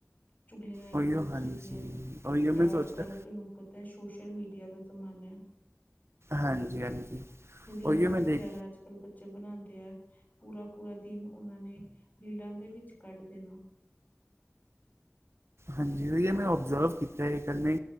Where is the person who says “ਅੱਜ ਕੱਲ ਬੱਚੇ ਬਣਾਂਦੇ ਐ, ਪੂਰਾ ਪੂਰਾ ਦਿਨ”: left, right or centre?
Left